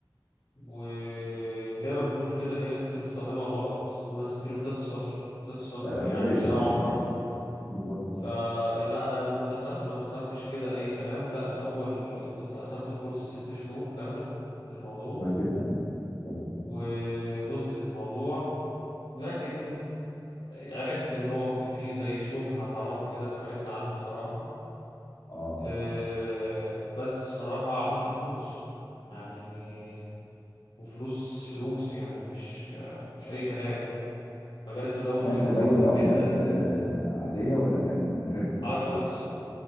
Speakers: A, on the left (about 80°); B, on the left (about 65°).
A: وزي ما بتقول كده في ناس كتير بتستخدمها غلط وناس كتير بتخسر تخسر
B: ده الأغلبية
A: يعني شقة
B: اه
A: عمرها
B: بالظبط بالظبط
A: فلا أنا لما دخلت ما دخلتش كده أي كلام لا الأول كنت أخدت كورس ست شهور كاملة في الموضوع
B: كويس جدا كويس.
A: ودوست في الموضوع لكن عرفت إن هو في في زي شبهة حرام كده فبعدت عنه بصراحة
B: اه
A: أه، بس صراحة عملت فلوس يعني وفلوس فلوس يعني مش مش أي كلام مجال التداول
B: كان
A: حلو
B: تداول
A: جدا جدا
B: لعملات آه، عادية ولا كان كريبتو
A: على فوركس